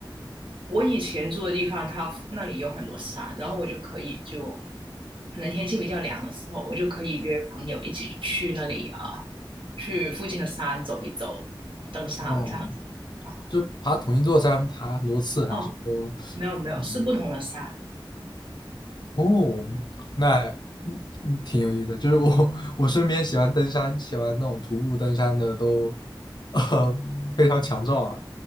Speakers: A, on the right; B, on the left.
A: 我以前住的地方，它那里有很多山，然后我就可以就可能天气比较凉的时候，我就可以约朋友一起去那里啊，去附近的山走一走，登山这样子啊。
B: 哦，就爬同一座山，爬很多次，还是说？
A: 哦，没有没有，是不同的山啊
B: 嗯哦，那嗯嗯挺有意思的。就是我我身边喜欢登山、喜欢那种徒步登山的都，呃，非常强壮啊，